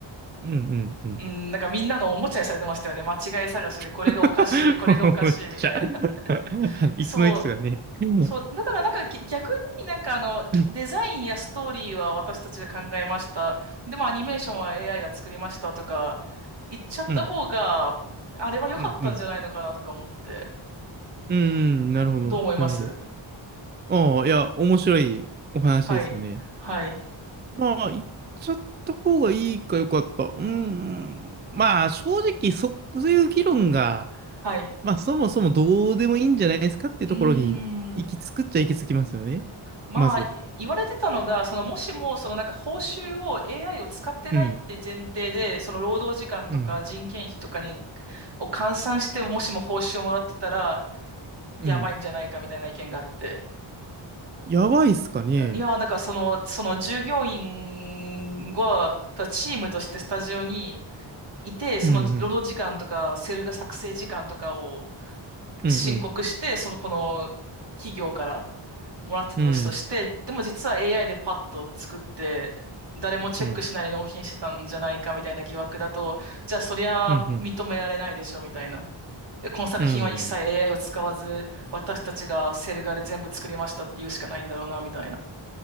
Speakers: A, on the right (about 25°); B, on the right (about 55°).
A: うんうんうん。
B: うん、なんかみんなのおもちゃにされてましたよね。間違い探しで、これがおかしい、
A: <laughs>
B: これがおかしいみたいな。
A: むっちゃ。<laughs> あの椅子の位置がね。
B: <laughs> そう。
A: <laughs> う
B: そう、だからなんかぎ逆になんかあの、きデザインやストーリーは私たちが考えました。
A: ん、
B: でもアニメーションは AI が作りましたとか言っちゃった方が、
A: うん、
B: あれは良かったんじゃないのかなとか思って。
A: うん、うん。うーん、うんなるほど、
B: どう思います
A: なるほど。ああ、いや、面白いお話ですよね。
B: はい。はい。
A: まあ、言っちゃった方がいいかよかった。うーん、まあ、正直、そ、そういう議論が、
B: はい。
A: まあ、そもそもどうでもいいんじゃないですかっていうところに、
B: うー
A: 行き着くっちゃ行き着きますよね。
B: ん。まあ、
A: まず。
B: い言われてたのが、そのもしも、そのなんか報酬を AI を使ってないって前提で、
A: うん、
B: その労働時間とか人件費とかに、
A: うん、
B: を換算して、もしも報酬をもらってたら、
A: うん。
B: やばいんじゃないかみたいな意見があって。
A: やばいっすかね。
B: いやー、だからその、その従業員が、とチームとしてスタジオにいて、その労働時間とか、
A: うん、うん、
B: セルが作成時間とかを
A: うん、
B: 申告して、
A: うん、
B: その、この企業からもらってたとしとして、
A: うん。
B: でも実は AI でパッと作って、誰もチェックしないで納品してたんじゃないかみたいな疑惑だと、
A: うん
B: じゃあそりゃ認められないでしょみたいな。
A: うん、
B: この作品は一切
A: うん、
B: AI を使わず、私たちがセル画で全部作りましたっていうしかないんだろうな、みたいな。